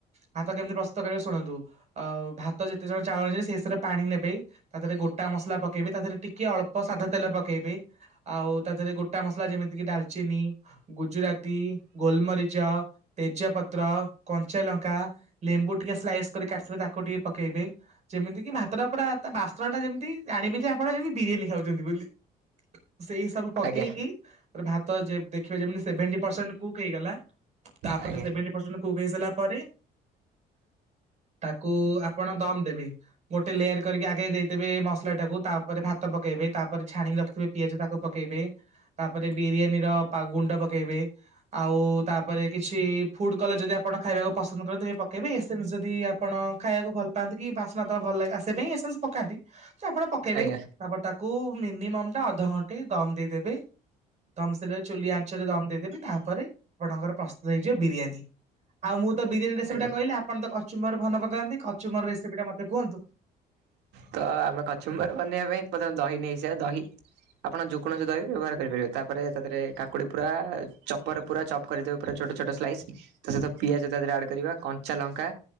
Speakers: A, on the right (about 45°); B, on the right (about 85°).
A: ଭାତ କେମିତି ପ୍ରସ୍ତୁତ କରିବେ ଶୁଣନ୍ତୁ ଆ ଭାତ ଯେତେ ଜଣ ଚାଉଳ ଅ ସେଷରେ ପାଣି ନେବେ ତା ଦେହରେ ଗୋଟା ମସଲା ପକେଇବେ ତା ଦେହରେ ଟିକେ ଅଳ୍ପ ସାଧା ତେଲ ପକେଇବେ ଆଉ ତା ଦେହରେ ଗୋଟା ମସଲା ଯେମିତି କିି ଡାଲଚିନି ଗୁଜୁରତିୀ ଗୋଲମରିଚ ତେଜପତ୍ର କଞ୍ଚାଲଙ୍କା ଲେମ୍ବୁ ଟିକେ ସ୍ଲାଇସ୍ କରିକ କାସିବେ ତାକୁ ଟିକେ ପକେଇବେ ଯେମିତି କି ଭାତର ପୁରା ତା ବାସ୍ତ୍ରଣ ଟା ଯେମିତି ଜାଣିବେ ଯେ ଆପଣ ଯେମିତି ବିରିୟାନୀ ଖାଉଛନ୍ତି ବୋଲି ସେଇ ସବୁ ପକେଇକି
B: ଆଜ୍ଞା
A: ଭାତ ଯ ଦେଖ ଖ ସେଭେଣ୍ଟିସଣ୍ଟ କୁଗଲା ତାପରେ
B: ଆଜ୍ଞା
A: ସେଭେଣ୍ ପରସେଣ୍ଟ କୁକ୍ ହେଇ ସାରିଲା ପରେ ତାକୁ ଆପଣ ଦମ ଦେବେ ଗୋଟେ ଲେୟାର କରିକି ଆଗେଇ ଦେଇଦେବେ ମସଲା ଟାକୁ ତାପରେ ଭାତ ପକେଇବେ ତାପରେ ଛାଣିକି ରଖିଥିବେ ପିଆଜ ତାକୁ ପକେଇବେ ତାପରେ ବିରିୟାନୀର ଗୁଣ୍ଡ ପକେଇବେ ଆଉ ତାପରେ କିଛି ଫୁଡ କଲର ଯଦି ଆପଣ ଖାଇବାକୁ ପସନ୍ଦ କନ୍ତି ତେବେ ପକେଇବେ ଏସେମ ଯଦିପଣାଇବାକୁ ଭଲ ପାଆନ୍ତି କି ବାସ୍ନା ଭଲ ଲାଗୋ ସେ ପାଇଁ ଏସୁ ପକାନ୍ତି ସେ ଆପଣ ପକେଇବେ
B: ଆଜ୍ଞା
A: ତାପରେ ତା କୁ ମିନିମମ୍ ଟା ଅଧଘଣ୍ଟେ ଦମ ଦେଇଦେବେ ତାମସିଲଟ ଚଆଞ୍ଚରେ ଦମ ଦେଇ ତାପରେ ଆପଣଙ୍କର ପ୍ରସ୍ତୁତ ହେଇଯିବ ବିରିୟାନୀ ଆଉ ମୁଁ ତ ବିରିୟାନୀ ରେସିପି
B: ଆଜ୍ଞା।
A: ଟା କହିଲି ଆପଣ ତ କ କଚୁମର ଭଲ କରିଥାନ୍ତି କଚୁମର ରେସିପି ଟା ମତେ କୁହନ୍ତୁ।
B: ତ ଆମେ କଚମ୍ର ବନେଇବା ପାଇଁମେ ଦହି ନେଇ ସେ ଦହି ଆପଣ ଯେ କୌଣସି ଦହି ବ୍ୟବହାର କରିପାରିବେ ତାପରେ ତାରେ କାକୁଡି ପୁରା ଚପରେ ପୁରା ଚପ କରିଦବେ ପୁରା ଛୋଟ ଛୋଟ ସ୍ଲାଇସ୍ ତା ସହିତ ପିଆଜ ତା ଦେରେ ଆଡ୍ କରିବା କଞ୍ଚା ଲଙ୍କା